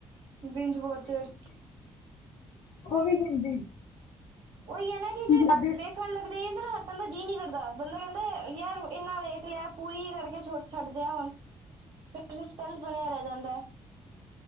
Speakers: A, on the right; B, on the left.
A: ਬਿੰਜ ਵੋਚਰ
B: ਓ ਵੀ ਹਿੰਦੀ
A: ਓਈ ਐ ਨਾ
B: ਪੰਜਾਬੀ
A: ਕੇ ਜੇ
B: ਇੱਕ
A: ਵੇਖਨ ਲੱਗ ਜਈਏ ਅੰਦਰ ਹਟਨ ਦਾ ਜੀ ਨੀ ਕਰਦਾ ਬੰਦਾ ਕੈਨ ਕੇ ਯਾਰ ਏਨਾ ਵੇਖ ਲੇਆ ਪੂਰੀ ਈ ਕਰਕੇ ਛੋਟ ਛੱਡਦੇ ਆ, ਹੁਨ ਫੇਰ ਸਸਪੈਂਸ ਬਨੇਆ ਰੈ ਜਾਂਦੈ।